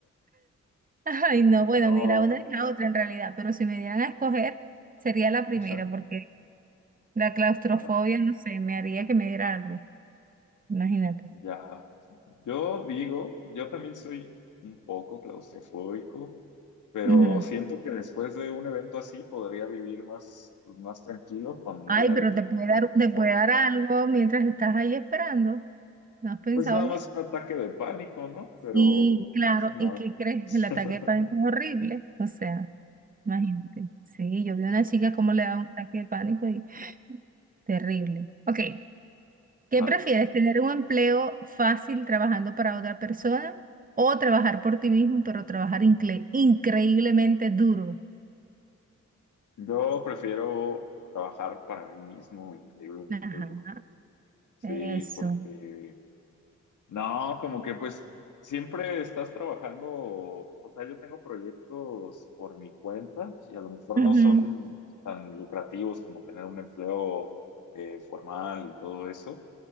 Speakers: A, on the right; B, on the left.
A: Ay, no, bueno,
B: No,
A: ni la una ni la otra en realidad, pero si me dieran a escoger, sería la primera,
B: o sea,
A: porque la claustrofobia,
B: ajá,
A: no sé, me haría que me diera algo, imagínate.
B: ya. Yo digo, yo también soy un poco claustrofóbico. Pero
A: Ujú.
B: siento que después de un evento así podría vivir más, más tranquilo con
A: Ay,
B: la idea
A: pero
B: de que
A: te
B: me
A: puede
B: quedaron
A: dar,
B: cansado.
A: te puede dar algo mientras estás ahí esperando. ¿No has pensado
B: Pues nada
A: en
B: más
A: eso?
B: un ataque de pánico, ¿no? Pero
A: Y
B: no
A: claro,
B: pasa nada.
A: ¿y qué crees?
B: <laughs>
A: El ataque de pánico es horrible. O sea, imagínate. Sí, yo vi a una chica cómo le daba un ataque de pánico y terrible. Ok, ¿Qué
B: Vale.
A: prefieres, tener un empleo fácil trabajando para otra persona o trabajar por ti mismo, pero trabajar incre- increíblemente duro?
B: Yo prefiero trabajar para mí mismo increíblemente
A: Ajá,
B: duro. Sí,
A: eso.
B: porque No, como que pues siempre estás trabajando, o sea, yo tengo proyectos por mi cuenta y a lo mejor
A: Ujú,
B: no son tan lucrativos como tener un empleo eh, formal y todo eso,